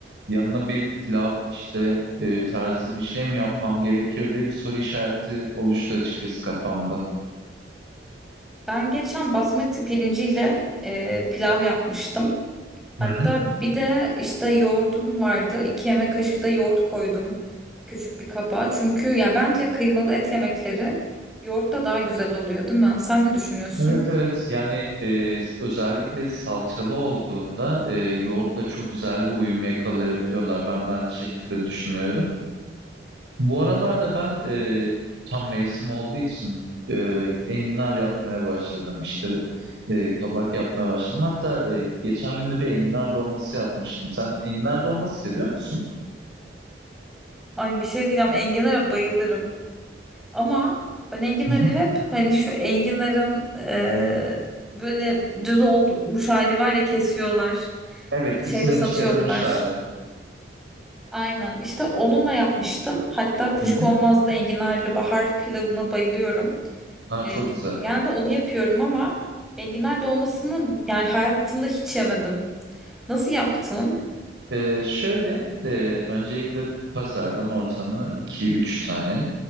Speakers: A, on the right (about 80°); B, in the centre.
A: yanına bir pilav işte e, tarzı bir şey mi yapmam gerekir diye bir soru işareti oluştu açıkçası kafamda.
B: Ben geçen basmati pirinciyle e, pilav yapmıştım. Hatta
A: Hı hı.
B: bir de işte yoğurdum vardı. İki yemek kaşığı da yoğurt koydum küçük bir kaba. Çünkü ya bence kıymalı et yemekleri yoğurtla daha güzel oluyor, değil mi? Sen ne düşünüyorsun?
A: Evet evet yani e, özellikle salçalı olduğunda e, yoğurtla çok güzel bir uyum yakalayabiliyorlar. Ben de aynı şekilde düşünüyorum. Bu aralarda ben e, tam mevsim olduğu için e, enginar yapmaya başladım. İşte e, kabak yapmaya başladım. Hatta e, geçen gün de bir enginar dolması yapmıştım. Sen enginar dolması seviyor musun?
B: Ay bir şey diyeceğim. Enginar'a bayılırım. Ama ben enginarı
A: Hı hı.
B: hep hani şu enginarın e, böyle düz olmuş hali var ya kesiyorlar.
A: Evet, içine
B: Şeyde satıyorlar.
A: çıkarılmış hali.
B: Aynen. işte onunla yapmıştım. Hatta kuşkonmazlı
A: Hı hı.
B: enginarlı bahar pilavına bayılıyorum.
A: Ha,
B: E,
A: çok güzel.
B: genelde onu yapıyorum ama enginar dolmasını yani hayatımda hiç yemedim. Nasıl yaptın?
A: Ee, şöyle e, öncelikle pazardan ortama iki üç tane.